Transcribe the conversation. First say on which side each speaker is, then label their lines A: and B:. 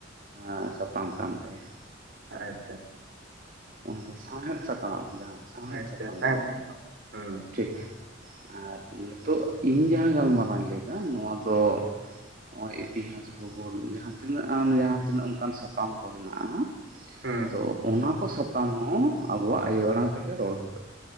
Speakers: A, on the right (about 40°); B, on the right (about 60°).
A: ᱟᱸ ᱥᱟᱛᱟᱢ ᱠᱟᱱ ᱛᱟᱭᱟ᱾
B: ᱟᱪᱷᱟ
A: ᱚᱱᱟ ᱫᱚ ᱥᱟᱶᱦᱮᱫ ᱥᱟᱠᱟᱢ ᱡᱟᱦᱟᱸ ᱥᱟᱶᱦᱮᱫ
B: ᱟᱪᱪᱷᱟ
A: ᱥᱟᱠᱟᱢ
B: ᱛᱟᱦᱮᱸ ᱠᱟᱱ ᱛᱟᱢᱟ ᱦᱩᱸ
A: ᱴᱷᱤᱠ ᱟᱨ ᱱᱤᱛᱚᱜ ᱤᱧ ᱡᱟᱦᱟᱸ ᱜᱟᱞᱢᱟᱨᱟᱣ ᱤᱧ ᱞᱟᱹᱭᱫᱟ ᱱᱚᱣᱟ ᱫᱚ ᱱᱚᱜᱼᱚᱭ ᱤᱛᱤᱦᱟᱥ ᱵᱷᱩᱜᱚᱞ ᱡᱟᱦᱟᱸ ᱛᱤᱱᱟᱹᱜ ᱟᱢ ᱡᱟᱦᱟᱸ ᱛᱤᱱᱟᱹᱜ ᱚᱱᱠᱟᱱ ᱥᱟᱛᱟᱢ ᱠᱚ ᱦᱮᱱᱟᱜᱼᱟ᱾
B: ᱦᱩᱸ
A: ᱛᱚ ᱚᱱᱟ ᱠᱚ ᱥᱟᱛᱟᱢ ᱦᱚᱸ ᱟᱵᱚᱣᱟ᱾ᱜ ᱟᱭᱳ ᱟᱲᱟᱝ ᱛᱮᱜᱮ ᱨᱚᱲ ᱦᱩᱭᱩᱜᱼᱟ